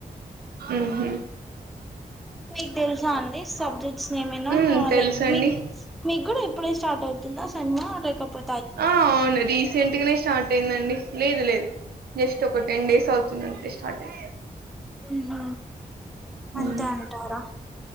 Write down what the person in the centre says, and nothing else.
మీక్ తెల్సా అండి సబ్జెక్ట్స్ ఏమైనా
ఆ
లైక్ మీక్ మీక్ గుడా ఇప్పుడే స్టార్ట్ అవుతుంద సెమ్ లేకపో
మ్ హ్
అంతే అంటారా